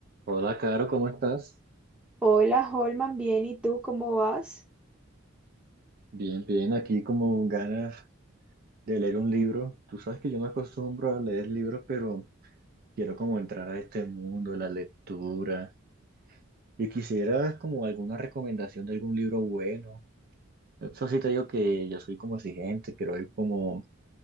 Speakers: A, on the right (about 45°); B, in the centre.
A: Hola, Caro, ¿cómo estás?
B: Hola, Holman, bien, ¿y tú cómo vas?
A: Bien, bien, aquí como ganas de leer un libro. Tú sabes que yo me acostumbro a leer libros, pero quiero como entrar a este mundo de la lectura y quisiera como alguna recomendación de algún libro bueno. Eso sí te digo que yo soy como exigente, quiero algo como